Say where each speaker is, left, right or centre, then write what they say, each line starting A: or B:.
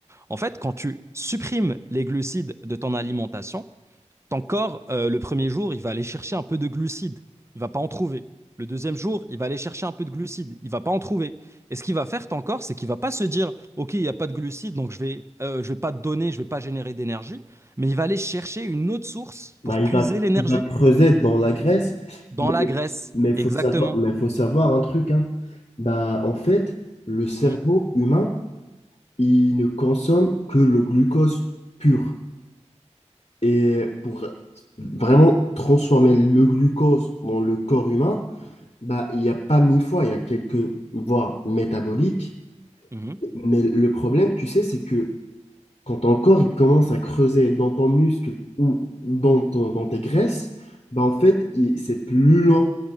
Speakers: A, on the right; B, on the left.
A: En fait, quand tu supprimes les glucides de ton alimentation, ton corps, euh, le premier jour, il va aller chercher un peu de glucides. Il va pas en trouver. Le deuxième jour, il va aller chercher un peu de glucides. Il va pas en trouver. Et ce qu'il va faire, ton corps, c'est qu'il va pas se dire, OK, il n'y a pas de glucides, donc je vais, euh, je vais pas te donner, je vais pas générer d'énergie. Mais il va aller chercher une autre source
B: Bah,
A: pour
B: il
A: puiser
B: va,
A: l'énergie
B: il va creuser dans la Grèce,
A: dans
B: mais
A: la graisse.
B: mais faut
A: Exactement.
B: savoir, mais faut savoir un truc, hein. Bah, en fait, le cerveau
A: Mhm.
B: humain, il ne consomme que le glucose pur. Et pour vraiment transformer le glucose dans le corps humain, bah, il n'y a pas mille fois, il y a quelques voies métaboliques.
A: Mhm.
B: Mais le problème, tu sais, c'est que quand ton corps il commence à creuser dans ton muscle ou dans, ton- dans tes graisses, bah en fait, il- c'est plus lent